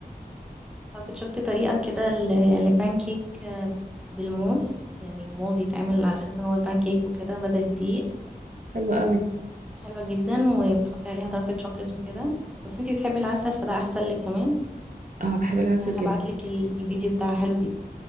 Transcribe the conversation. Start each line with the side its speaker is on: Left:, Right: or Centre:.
Centre: طب شفتي طريقة كده ل- لبانكيك آه، بالموز يعني الموز يتعمل على اساس ان هو البانكيك وكده بدل الدقيق
Right: حلوة قوي
Centre: حلوة جدا وبتحطي عليها دارك شوكليت وكده بس انتي بتحبي العسل فده احسن لك كمان
Right: اه بحب العسل
Centre: آه، هبعتلك
Right: جدا
Centre: ال- الفيديو بتاعها حلو جدا